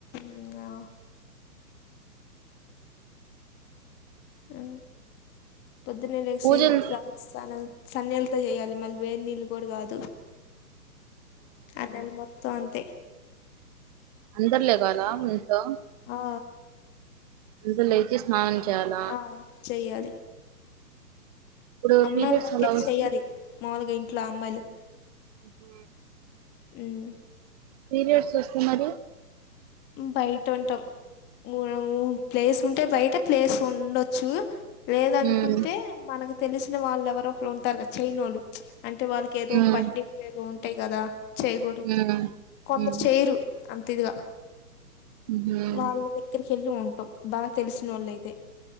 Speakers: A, on the left (about 20°); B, on the right (about 25°).
A: న్యా హ్మ్ పొద్దునే లెగీసి
B: పూజలు
A: తల స్నానల్ సన్నీళ్లతో చేయాలి మళ్ళీ వేడినీళ్ళు కూడా కాదు ఆ నెల మొత్తం అంత తే
B: అందరు లెగాల మీ ఇంట్లో
A: ఆ
B: అందరు లేచి స్నానం చేయాల
A: ఆ చెయ్యాలి
B: ఇప్పుడు
A: అమ్మాయిల
B: పీరియడ్స్
A: వరక
B: అలా
A: అయితే
B: వస్తే
A: చెయ్యాలి మాములుగ ఇంట్లో అమ్మాయిలు
B: హ
A: హ్మ్
B: పీరియడ్స్ వోస్తే మరి
A: బయట ఉంటాం హ్మ్ ప్లేస్ ఉంటే బయట ప్లేస్ ఉండొచ్చు లేదనుకుంటే
B: హ్మ్
A: మనకు తెలిసిన వాళ్ళు ఎవరు ఒకరు ఉంటారు కదా చైనోలు అంటే వాళ్ళకి ఏదో
B: హ్మ్
A: పట్టింపు ఏదో ఉంటాయి కదా చేయకూడదు
B: హ్మ్
A: కొందరు
B: హ్మ్
A: చేయరు అన్ తిదిగ
B: ఊహూ
A: వాళ్ళ దగ్గరికి వెళ్ళి ఉంటాం బా తెలిసిన వాళ్ళు అయితే